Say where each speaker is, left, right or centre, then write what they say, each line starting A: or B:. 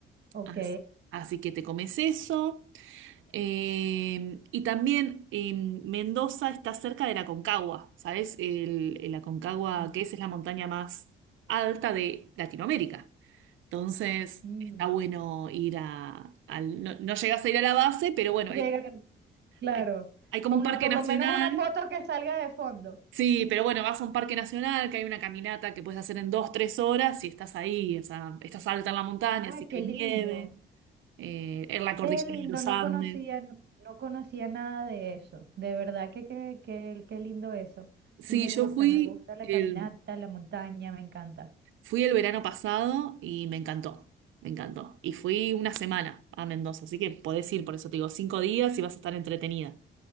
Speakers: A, on the right (about 60°); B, on the right (about 80°).
A: Ok.
B: as- así que te comes eso. Eh, y también eh, Mendoza está cerca de la Aconcagua, ¿sabes? El, el Aconcagua,
A: Mm,
B: que es, es la montaña más alta de Latinoamérica. Entonces,
A: Mm,
B: está bueno ir a... al- no, no llegas a ir a la base, pero
A: No
B: bueno,
A: llegan,
B: hay,
A: claro.
B: hay, hay como
A: Como
B: un parque
A: por
B: nacional.
A: lo menos una foto que salga de fondo.
B: Sí, pero bueno, vas a un parque nacional, que hay una caminata que puedes hacer en dos, tres horas y estás ahí, o sea, estás alta en la montaña,
A: Ay,
B: así que
A: qué
B: hay
A: lindo.
B: nieve, eh, en la
A: Qué
B: cordillera
A: lindo,
B: de los
A: no
B: Andes.
A: conocía, no, no conocía nada de eso. De verdad que, que, que- qué lindo eso.
B: Sí,
A: Sí me
B: yo
A: gusta,
B: fui
A: me gusta la
B: el,
A: caminata, la montaña, me encanta.
B: Fui el verano pasado y me encantó, me encantó. Y fui una semana a Mendoza, así que podés ir, por eso te digo, cinco días y vas a estar entretenida.